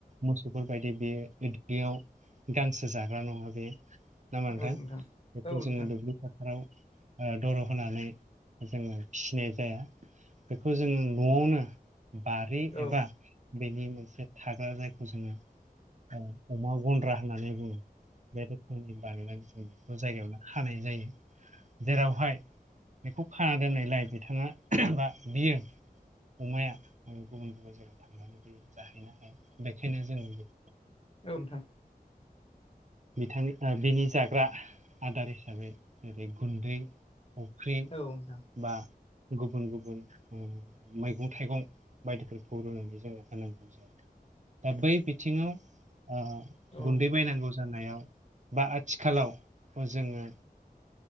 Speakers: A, on the right (about 50°); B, on the left (about 35°).
A: मोसौ बेफोरबायदि बे दलियाव गांसो जाग्रा नङा बे। ना बा
B: औ
A: नोंथां बेखौ
B: औ नोंथां
A: जोङो दुब्लि फोथाराव दर' होनानै जोङो फिसिनाय जाया बेखौ जोङो न'आवनो बारि
B: औ
A: एबा बेनि मोनसे थाग्रा जायखौ जोङो अमा गन्द्रा होननानै बुङो बेनि बानायनानै जों बेखौ जायगायावनो खानाय जायो जेरावहाय बेखौ खाना दोननायलाय बिथाङा बा बियो अमाया गुबुन गुबुन जायगायाव थाङो। नानै बे जाहैनो हाया बेखायनो जों बे
B: औ नोंथां।
A: बिथांनि बिनि जाग्रा आदार हिसाबै जेरै गुन्दै फफ्रि
B: औ नोंथां
A: बा गुबुन गुबुन मैगं थाइगं बायदिफोरखौ रुनानै जोङो होनांगौ जायो दा बै बिथिङाव
B: औ
A: गुन्दै बायनांगौ जानायाव बा आथिखालाव जोङो